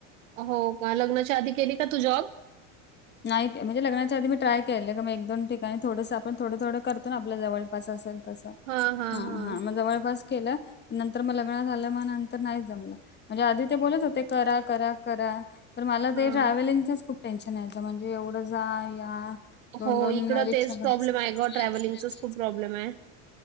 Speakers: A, on the right; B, on the left.
A: हो का लग्नाच्या आधी केली का तू जॉब?
B: नाही ते, म्हणजे लग्नाच्या आधी मी ट्राय केलंय, का मग एक दोन ठिकाणी थोडंसं आपण, थोडं थोडं करतो ना आपल्या जवळपास अस तस,
A: हां, हां,
B: हा
A: हां.
B: हा, मग जवळपास केलं, नंतर म लग्न झालं, मग नंतर नाहीच जमलं. म्हणजे, आधी ते बोलत होते, करा, करा, करा, तर मला
A: हां.
B: ते ट्रॅव्हलिंगचच खूप टेन्शन यायचं, म्हणजे एवढं जा, या, दोन
A: हो,
B: दोन
A: इकडं
B: रिक्ष
A: तेच
B: <inaudible>
A: प्रॉब्लेम आहे गं ट्रॅव्हलिंगचाच खूप प्रॉब्लेम हाय.